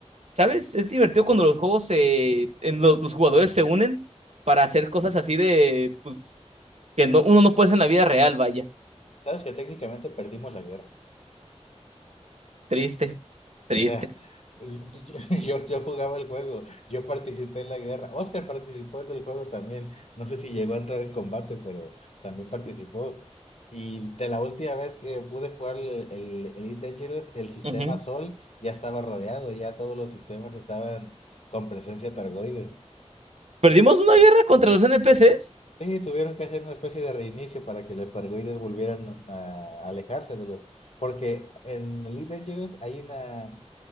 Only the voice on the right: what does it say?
¿Sabes? Es divertido cuando los juegos se, en lo- los jugadores se unen para hacer cosas así de, pues, que no, uno no puede hacer en la vida real, vaya.
Triste, triste.
Ujú,
¿Perdimos una guerra contra los NPCs?